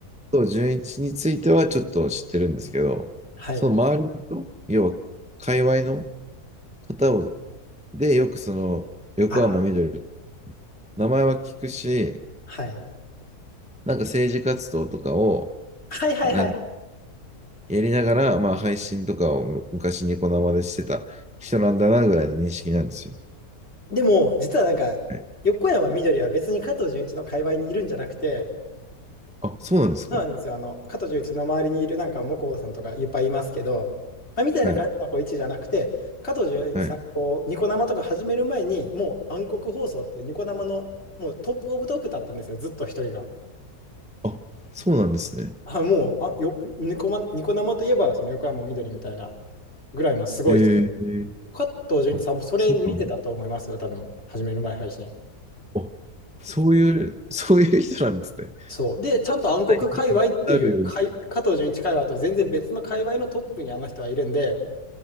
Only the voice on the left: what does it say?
はい。
ああ、
はい。
はいはいはい。
でも、実はなんか、
横山みどりは別に加藤純一の界隈にいるんじゃなくて、
そうなんですよ。あの、加藤純一の周りにいるなんか、向こうさんとかいっぱいいますけど、まあ、みたいな感じのこう位置じゃなくて、
加藤純一さんがこう、
ニコ生とか始める前に、もう暗黒放送っていうニコ生のもうトップオブトップだったんですよ、ずっと一人が。
あ、もう、あ、よ、ニコマ、ニコ生といえば、その横山みどりみたいなぐらいのすごい人。
加藤純一さんもそれ見てたと思いますよ、
多分、始める前配信。
そう。で、ちゃんと暗黒界隈っていう、
かい加藤純一界隈と全然別の界隈のトップにあの人はいるんで、